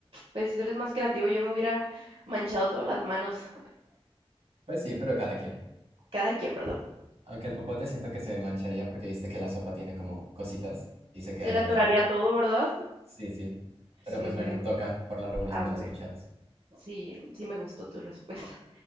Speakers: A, on the right (about 65°); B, on the right (about 85°).
A: pues si tú eres más creativo, yo me hubiera manchado todas las manos,
B: Pues sí, pero cada quien.
A: cada quien, ¿verdad?
B: Aunque el popote siento que se mancharía porque viste que la sopa tiene como cositas y se quedarían
A: Se le atoraría
B: ahí.
A: todo, ¿verdad?
B: Sí, sí.
A: Sí,
B: Pero pues
A: sí.
B: bueno, toca por la revolución
A: A
B: de
A: ver,
B: las cucharas.
A: sí, sí me gustó tu <laughs> respuesta.